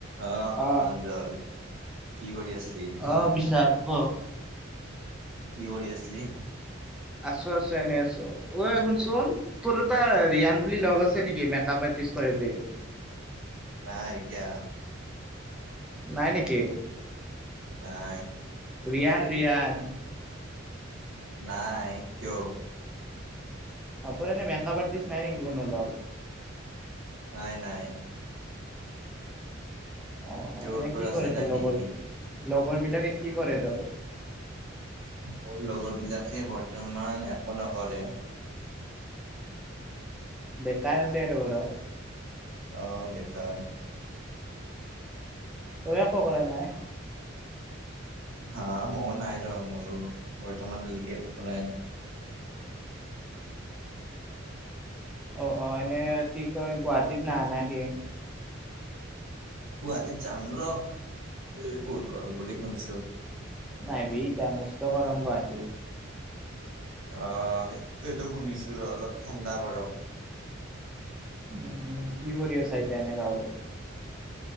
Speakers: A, on the right (about 80°); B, in the centre.
A: অ'প্ৰাঞ্জল
B: অ',
A: কি কৰি আছিলি?
B: অ' বিশাল ক!
A: কি কৰি আছিলি?
B: আছোঁ আছোঁ, এনে আছোঁ। ঐ শুনচোন, তোৰ এটা ৰিয়ান বুলি লগ আছে। নেকি? মেকআপ আৰ্টিষ্ট কৰে যে।
A: নাই, কিয়?
B: নাই নেকি?
A: নাই।
B: ৰিয়ান, ৰিয়ান।
A: নাই কিয়?
B: অ', তোৰ এনে মেকআপ আৰ্টিষ্ট নাই নেকি? কোনো লগৰ।
A: নাই নাই।
B: অ',
A: কিয়
B: এনে কি
A: আছে
B: কৰে
A: নেকি?
B: তোৰ লগৰবোৰে? লগৰ বিলাকে কি কৰে তোৰ?
A: মোৰ লগৰ বিলাকে বৰ্তমান একো নকৰে।
B: বেকাৰ আছে আৰু ঘৰত।
A: অ', বেকাৰ।
B: তই একো কৰা নাই?
A: হা মোৰ নাই ৰ! মইও বৰ্তমান লৈকে একো কৰাই নাই?
B: অ'অ', এনে কি কয়। গুৱাহাটীত নাহা নিকি?
A: গুৱাহাটীত যাম ৰ, এ বহুত গৰম বুলি শুনিছোঁ।
B: নাহিবি এতিয়া, মস্ত গৰম গুৱাহাটীত।
A: অ', সেইটোৱেইটো শুনিছো ৰ, অলপ ঠাণ্ডা পৰক।
B: উম্, উম্, কি কৰি আছা এতিয়া, এনে গাঁৱৰ?